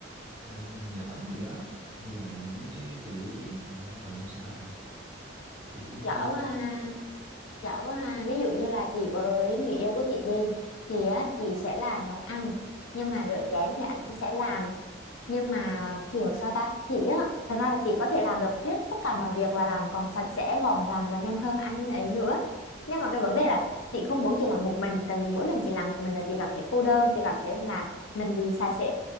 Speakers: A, on the right; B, on the left.
A: à, nhà tắm gì đó, hay là mấy cái về rửa chén thì đa phần em sẽ làm, kiểu cũng chia
B: giỏi
A: ra.
B: quá ha giỏi quá ha ví dụ như là chị với người yêu của chị đi thì á, chị sẽ là nấu ăn nhưng mà rửa chén thì anh sẽ làm nhưng mà kiểu sao ta chị á thật ra là chị có thể làm được hết tất cả mọi việc và làm còn sạch sẽ gọn gàng và nhanh hơn anh ấy nữa nhưng mà cái vấn đề là chị không muốn chị làm một mình tại vì mỗi lần chị làm một mình là chị cảm thấy cô đơn chị cảm thấy là mình bị xa xỉ